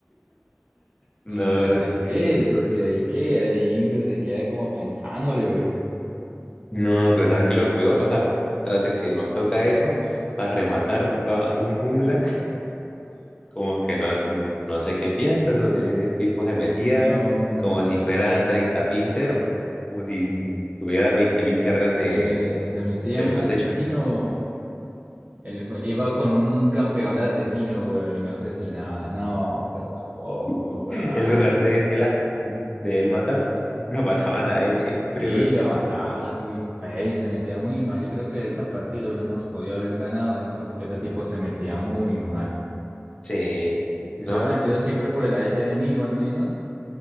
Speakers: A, on the left; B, on the right.
A: No,
B: Y pues ahí
A: sí.
B: que eso, si ahí que, ahí uno se queda como pensándole, güey.
A: No, pero ¿sabes qué es lo peor? O sea, tras de que nos toca eso, para rematar toca un jungla, <laughs> como que no, no sé qué piensas, o si ese tipo se metía
B: No,
A: como si fuera 30.000 cero, como si tuviera 20.000 cargas de,
B: se me, se metía
A: de la
B: un
A: cosecha,
B: asesino Él fue- iba con un campeón asesino, weón, y no asesinaba. No, pues tampoco,
A: <laughs>
B: weón.
A: en lugar de él, a- de él matar, lo mataban a él siempre,
B: Sí,
A: güey.
B: lo mataban muy feo y se metía muy mal. Yo creo que esa partida lo hubiéramos podido haber ganado y no sé por qué ese tipo se metía muy mal.
A: Sí,
B: Y
A: no,
B: se hubiera metido siempre por el AS enemigo al menos.